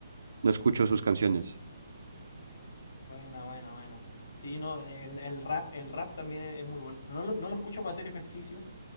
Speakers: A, on the right; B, on the left.
A: no escucho sus canciones.
B: Buena, buena, buena. Sí, no, el, el rap, el rap también es, es muy bueno. No lo, no lo escucho para hacer ejercicio,